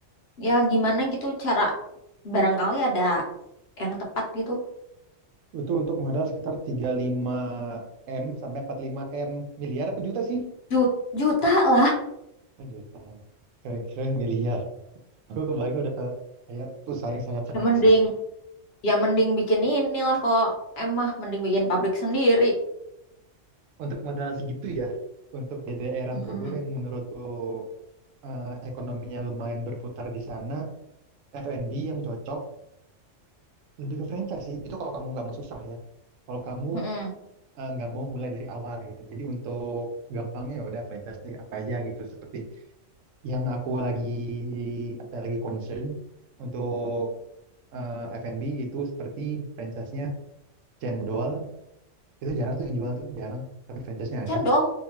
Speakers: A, on the left; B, on the right.
A: Ya gimana gitu cara barangkali ada yang tepat gitu.
B: Itu untuk modal sekitar tiga puluh lima m sampai empat puluh lima m Miliar apa juta sih?
A: Ju- Juta lah.
B: Oh, juta. Kira-kira miliar. Aku kebayang udah ke kayak perusahaan yang sangat-sangat
A: Ya mending
B: besar.
A: Ya mending bikin inilah kalau emah mending bikin pabrik sendiri.
B: Untuk modal segitu ya, untuk di daerah
A: Mm-mm.
B: Bogor yang menurutku eh, ekonominya lumayan berputar di sana, F&B yang cocok lebih ke franchise sih. Itu kalau kamu nggak mau susah ya. Kalau kamu
A: Mm-mm.
B: eh, nggak mau mulai dari awal gitu. Jadi untuk gampangnya ya udah fantastik apa aja gitu. Seperti yang aku lagi apa lagi concern untuk eh, F&B itu seperti franchise-nya Cendol itu jarang tuh yang jual tuh jarang. Tapi franchise-nya ada.
A: Cendol.